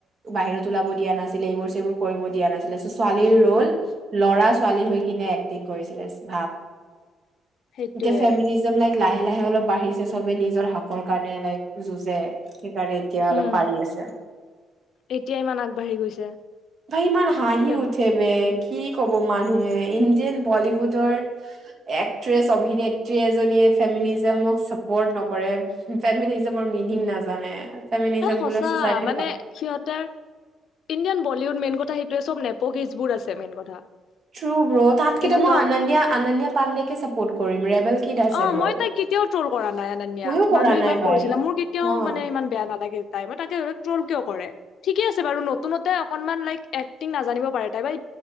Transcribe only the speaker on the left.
উম
সেইটোয়ে
উম
এতিয়া ইমান আগবাঢ়ি গৈছে
এ
এ, সঁচা
মানে সিহঁতৰ ইণ্ডিয়ান বলীউড মেইন কথা সেইটো, চব নেপোকেচবোৰ আছে মেইন কথা,
ইহঁতক
অ
মই তাইক কেতিয়াও ট্ৰল কৰা নাই আনণ্ণিয়াক
মানুহে
ইমান
কৰিছিলে মোৰ কেতিয়াও
মানে ইমান বেয়া নালাগে তাই মই তাকে ধওক ট্ৰল কিয় কৰে <unintelligible> ঠিকে আছে বাৰু নতুনতে অকনমান লাইক এক্টিং নাজানিব পাৰে তাইবা